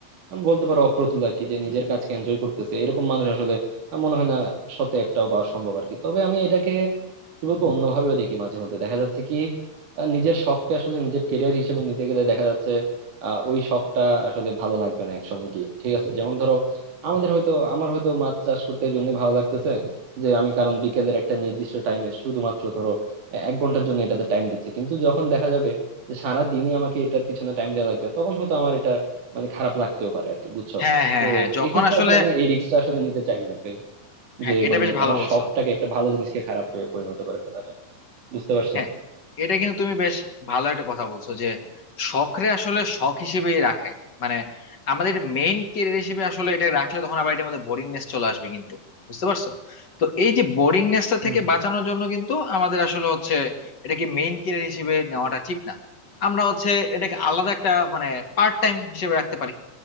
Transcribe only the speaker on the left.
হ্যাঁ হ্যাঁ
হ্যাঁ যখন
আসলে
হ্যাঁ
এটা
বেশ ভালো
বলছো
হ্যাঁ এটা কিন্তু তুমি বেশ ভালো একটা কথা বলছো যে শখরে আসলে শখ হিসেবেই রাখে মানে আমাদের মেইন কেরিয়ার হিসেবে আসলে এটা রাখলে তখন আবার এটার মধ্যে বোরিংনেস চলে আসবে কিন্তু বুঝতে পারছো তো এই যে বোরিংনেসটা
থেকে
বাঁচানোর জন্য কিন্তু আমাদের আসলে হচ্ছে এটাকে মেইন কেরিয়ার হিসেবে নেওয়াটা ঠিক না আমরা হচ্ছে এটাকে আলাদা একটা মানে পার্ট টাইম হিসেবে রাখতে পারি